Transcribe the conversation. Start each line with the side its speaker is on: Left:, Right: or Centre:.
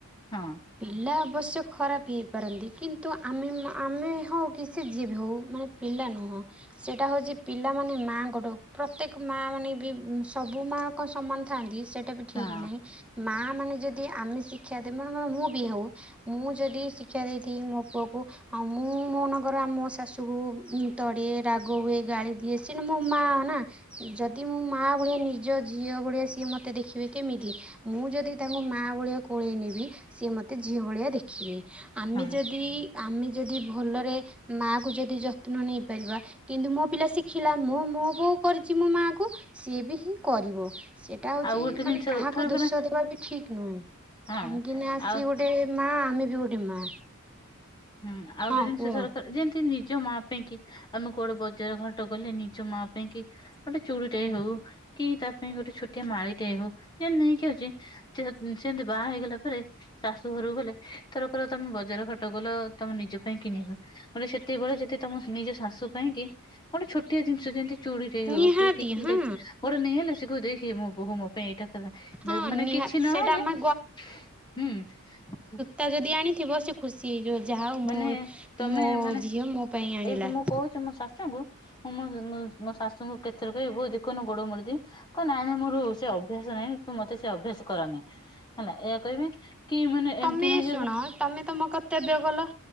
Left: ହଁ
Centre: ପିଲା ଅବଶ୍ୟ ଖରାପ ହେଇପାରନ୍ତି କିନ୍ତୁ ଆମେ ଆମେ ହଉ କି ସେ ଯଏ ବି ହଉ ମାନେ ପିଲା ନୁହଁ ସେଇଟା ହେଉଛି ପିଲାମାନେ ମାଆ ଗୋଟ ପ୍ରତ୍ୟେକ ମାଆ ମାନେ ବି ସବୁ ସବୁ ମା କଣ ସମାନ ଥାନ୍ତି ସେଇଟା ବି ଠିକ
Left: ହଁ
Centre: ନାହିଁ ମା ମାନେ ଯଦି ଆମେ ସି ଶିକ୍ଷା ଦେ ମ ମୁଁ ବି ହଉ ମୁଁ ଯଦି ଶିକ୍ଷା ଦେଇଥି ମୋ ପୁଅ ଆଉ ମୁଁ ମୋ ନଗର ମୋ ଶାଶୁକୁ ତଡ଼ିଏ ରାଗ ହୁଏ ଗାଳି ଦିଏ ସେଟା ମୁଁ ମା ନା ଯଦି ମୁ ମା ଭଳିଆ ନିଜ ଝିଅ ଭଳିଆ ସିଏ ମତେ ଦେଖିବେ କେମିତି ମୁଁ ଯଦି ତାଙ୍କୁ ମାଆ ଭଳିଆ କୋଳେଇ ନେବି ସିଏ ମୋତେ ଝିଅ ଭଳିଆ ଦେଖିବେ ଆମେ
Left: ହଁ
Centre: ଯଦି ଆମେ ଯଦି ଭଲରେ ମା କୁ ଯଦି ଯତ୍ନ ନେଇପାରିବା କିନ୍ତୁ ମୋ ପିଲା ଶିଖିଲା ମୁଁ ମୋ ବୋଉ କରିଛି ମୋ ମା କୁ ସିଏ ବି ହିଁ କରିବ ସେଇଟା ହଉଛି
Left: ଆଉ ଗୋଟେ
Centre: ମାନେ
Left: ଜିନିଷ
Centre: କାହାକୁ
Left: ଥରକରେ
Centre: ଦୋଷ ଦବା ବି ଠିକ ନୁହେଁ
Left: ହଁ
Centre: କାହିଁକି ନା ସିଏ
Left: ଆଉ
Centre: ଗୋଟେ ମା ଆମେ ବି ଗୋଟେ ମା
Left: ହୁଁ ଆଉ
Centre: ହଁ
Left: ଗୋଟେ
Centre: କୁହ।
Left: ଜିଷରକାର ଯେ ସେ ନିଜ ମା ପାଇଁ କି ଆମେ କୋଉଡେ ବଜାର ଘାଟ ଗଲେ ନିଜ ମା ପାଇଁ କି ଗୋଟେ ଚୁଡ଼ି ଟେ ହଉ କି ତା ପାଇଁ ଗୋଟେ ଛୋଟିଆ ମାଳି ଟେ ହଉ ଯେମେତି ନେଇକି ଆଉଛେ ସେମିତି ବାହା ହେଇଗଲା ପରେ ଶାଶୁ ଘରକୁ ଗଲେ ଥରକର ତମେ ବଜାର ଘାଟ ଗଲ ତମେ ନିଜ ପାଇଁ କି ନିବ ଗୋଟେ ସେତେବେଳେ ଯଦି ତମ ନିଜ ଶାଶୁ ପାଇଁ କି ଗୋଟେ ଛୋଟିଆ ଜିନିଷ ଯେମିତି ଚୁଡ଼ି ଟେ ହଉ
Centre: ନିହାତି
Left: କି ଟିକିଲି
Centre: ହଁ
Left: ଟେ ଗୋଟେ ନେଇଆଇଲେ ସେ କହିବ ଦେଖେ ମ ବହୁ ମ ପାଇଁ ଏଇଟା କଥା
Centre: ହଁ
Left: ମାନେ
Centre: ନିହାତି
Left: କିଛି
Centre: ସେଇଟା
Left: ନହେଲେ
Centre: ଆମେ
Left: ହୁଁ
Centre: ତା ଯଦି ଆଣିଥିବ ସେ ଖୁସି ହେଇଯିବ ଯାହା ହଉ ମୋ
Left: ମାନେ ତମେ
Centre: ମୋ
Left: ମାନେ
Centre: ଝିଅ ମୋ ପାଇଁ ଆଣିଲା
Left: ଏଇ ମୁଁ କହୁଛି ମୋ ଶାଶୁଙ୍କୁ ମୁଁ ମୋ ମୋ ଶାଶୁଙ୍କୁ କେତଥର କହିବି ବଉ ଦେ କନ ଗୋଡ ମୋଡି ଦିଏ କହ ନାଇଁ ନାଇଁ ମୋର ସେ ଅଭ୍ୟାସ ନାଇଁ ତୁ ମତେ ସେ ଅଭ୍ୟାସ କରାନାଇ ହେଲା ଏହା କହିବେ କି ମାନେ
Centre: ତମେ
Left: ଏମିତି ନାଇଁ
Centre: ଶୁଣ
Left: ଜେ
Centre: ତମେ ତମ କର୍ତ୍ତବ୍ୟ ଗଲ